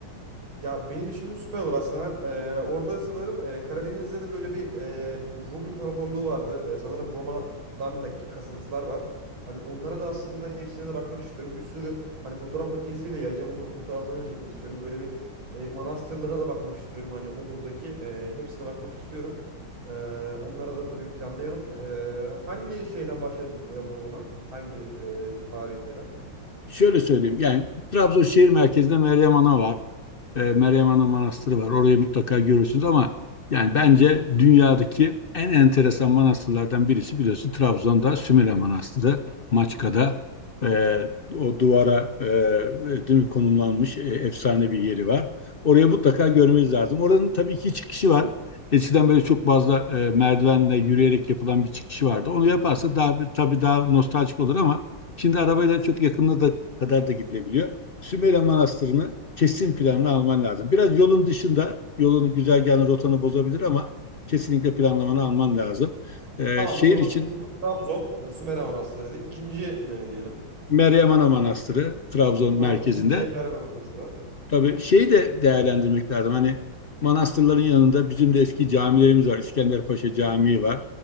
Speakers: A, on the right (about 70°); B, on the left (about 85°).
A: Ya benim için süper olur aslında. Ben e, orada sanırım e, Karadeniz'de de böyle bir e, Rum İmparatorluğu vardı. E, sanırım Roma'dan da kasıntılar var. Hani onlara da aslında hepsine de bakmak istiyorum. Bir sürü hani fotoğraf makinesiyle geleceğim. Bunların fotoğraflarını çekmek istiyorum. Böyle bir e, manastırlara da bakmak istiyorum. Hani o buradaki e, hepsine bakmak istiyorum. E, onlara da tabii planlayalım. E, hangi şeyden başlayalım o zaman? Hangi e, tarihi şeyden?
B: Şöyle söyleyeyim. Yani Trabzon şehir merkezinde Meryem Ana var. e, Meryem Ana Manastırı var. Orayı mutlaka görürsünüz ama yani bence dünyadaki en enteresan manastırlardan birisi biliyorsun Trabzon'da Sümele Manastırı, Maçka'da e, o duvara e, değil mi, konumlanmış e, efsane bir yeri var. Oraya mutlaka görmeniz lazım. Oranın tabii ki çıkışı var. Eskiden böyle çok fazla e, merdivenle yürüyerek yapılan bir çıkışı vardı. Onu yaparsa daha tabii daha nostaljik olur ama şimdi arabayla çok yakınına da kadar da gidilebiliyor. Sümele Manastırı'nı kesin planını alman lazım. Biraz yolun dışında, yolunu güzergahını, rotanı bozabilir ama kesinlikle planlamanı alman lazım. Ee,
A: Tamam
B: şehir
A: o zaman
B: için
A: birinci Trabzon, e, Sümer Amanastırı dedik. İkinci ne diyelim?
B: Meryem Ana Manastırı Trabzon
A: Tamam
B: merkezinde.
A: ikinciye Meryem Manastırı.
B: Tabii şeyi de değerlendirmek lazım. Hani manastırların yanında bizim de eski camilerimiz var. İskenderpaşa Camii var.